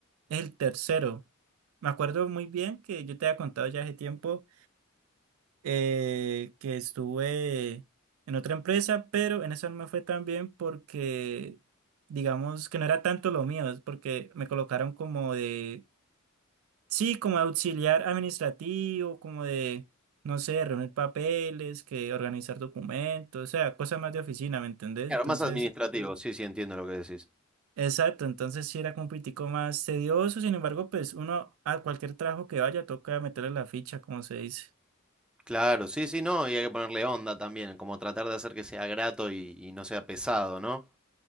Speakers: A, on the right; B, in the centre.
A: el tercero. Me acuerdo muy bien que yo te había contado ya hace tiempo eh, que estuve en otra empresa, pero en esa no me fue tan bien porque, digamos, que no era tanto lo mío, es porque me colocaron como de, sí, como auxiliar administrativo, como de, no sé, reunir papeles, que organizar documentos, o sea, cosas más de oficina, ¿me entendés?
B: Claro,
A: Entonces...
B: más administrativo, sí, sí, entiendo lo que decís.
A: Exacto, entonces sí era como un poquitico más tedioso, sin embargo, pues uno a cualquier trabajo que vaya toca meterle la ficha, como se dice.
B: Claro, sí, sí, no, y hay que ponerle onda también, como tratar de hacer que sea grato y, y no sea pesado, ¿no?